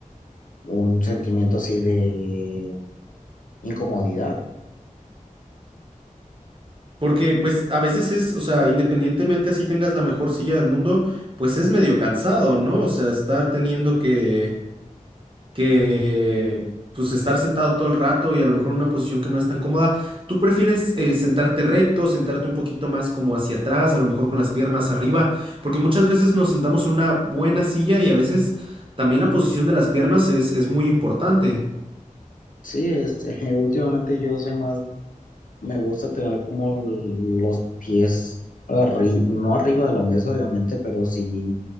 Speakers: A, on the left; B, on the right.
A: un sentimiento así de incomodidad.
B: Porque pues a veces es, o sea, independientemente así tengas la mejor silla del mundo, pues es medio cansado, ¿no? O sea, estar teniendo que... que pues estar sentado todo el rato y a lo mejor en una posición que no es tan cómoda. ¿Tú prefieres eh, sentarte recto, sentarte un poquito más como hacia atrás, a lo mejor con las piernas arriba? Porque muchas veces nos sentamos en una buena silla y a veces también la posición de las piernas es, es muy importante.
A: Sí, este, <laughs> últimamente yo soy más, me gusta tener como los pies arri- no arriba de la mesa, obviamente, pero sí